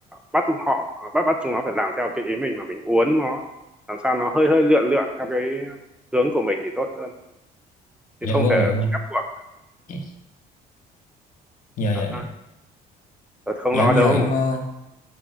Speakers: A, in the centre; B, on the left.
A: bắt họ bắt bắt chúng nó phải làm theo cái ý mình mà mình uốn nó làm sao nó hơi hơi lượn lượn theo cái hướng của mình thì tốt hơn chứ
B: dạ
A: không
B: vâng
A: thể
B: dạ vâng
A: ép buộc
B: dạ dạ
A: Ờ,
B: dạ
A: tôi không
B: dạ
A: lo
B: em
A: đâu
B: giờ em ờ,